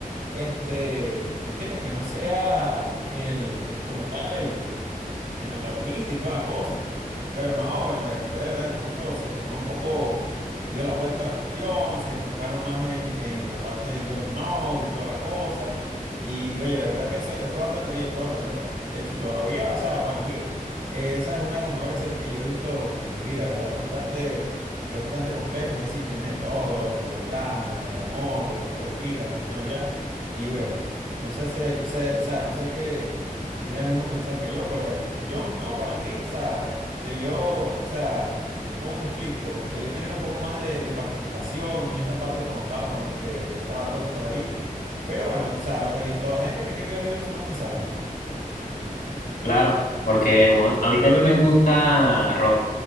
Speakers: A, on the right (about 80°); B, on the left (about 80°).
A: este, ¿me entiendes? Que no sea el, el- como tal el, el protagonista y toda la cosa. Pero no, bueno, después de verdad se puso, se tornó un poco, dio la vuelta a la cuestión, se enfocaron más en, en la parte de Jon Snow y toda la cosa. Y oye, de verdad que se- fue bastante bien, fue bastante buena. De hecho, todavía, o sea, para mí, eh, esa es una de las mejores series que yo he visto en mi vida, ¿verdad? Es bastante, es bastante completa, es decir, tiene de todo, los del drama, el amor, la cuestión aquí, la cuestión allá. Y bueno, no sé, sé- no sé, o sea, no sé qué si tiene el mismo pensar que yo, pero bueno, Jones no, para mí, o sea, debió, o sea, ¿cómo te explico? Debió tener un poco más de, de participación en esta parte cuando estaba con, que, que estaba Rock por ahí. Pero bueno, o sea, los, los gente que escribió los libros son los que saben.
B: Claro, porque uno, a mí también me gusta rock